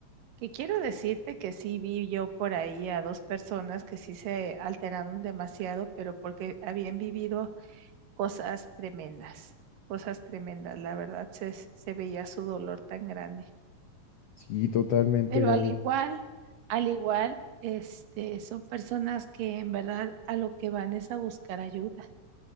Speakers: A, on the right; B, on the left.
A: Que quiero decirte que sí vi yo por ahí a dos personas que sí se alteraron demasiado, pero porque habían vivido cosas tremendas, cosas tremendas. La verdad se, se veía su dolor tan grande.
B: Sí, totalmente,
A: Pero
B: Gaby.
A: al igual, al igual, este, son personas que en verdad a lo que van es a buscar ayuda.